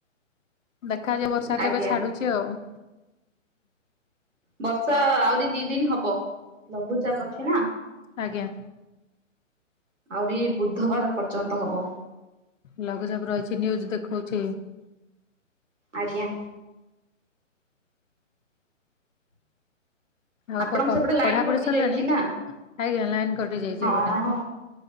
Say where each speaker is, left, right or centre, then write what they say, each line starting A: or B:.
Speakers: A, on the left; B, on the right.
A: ଦେଖାଯାଉ ବର୍ଷା
B: ଆଜ୍ଞା
A: କେବେ ଛାଡୁଛି ଆଉ।
B: ବର୍ଷା ଆଉରି ଦି ଦିନ ହବ ଲଘୁଚାପ ଅଛି ନା।
A: ଆଜ୍ଞା
B: ଆଉରି ବୁଧବାର ପର୍ଯ୍ୟନ୍ତ ହବ
A: ଲଘୁଚାପ ରହିଛି ନ୍ଯୁୁଜ ଦେଖଉଛି।
B: ଆଜ୍ଞା
A: ଆଉ
B: ଆପଣଙ୍କ ସେପଟେ ଲାଇନ
A: ପଢାପଢି
B: କଟି
A: ସରିଲାଣି?
B: ଯାଇଚି ନା,
A: ଆଜ୍ଞା ଲାଇନ କଟି ଯାଇଛି
B: ହଁ-ହ
A: ଏପଟେ